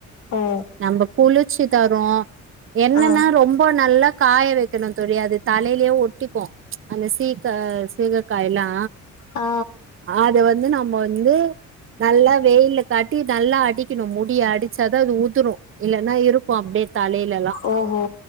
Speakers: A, on the left; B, on the right.
A: ஓ
B: நம்ப குளிர்ச்சி தரு என்னன்னா
A: ஆ
B: ரொம்ப நல்லா காய வைக்கணு தோழி அது தலைலயே ஒட்டிக்கு அந்த சீக்கா சீகக்காயல்லா
A: ஆ
B: அத வந்து நம்ம வந்து நல்லா வெயில்ல காட்டி நல்லா அடிக்கணு முடிய அடிச்சாதா அது உதுரு இல்லேன்னா இருக்கு அப்டியே தலைலெல்லா
A: ஓஹோ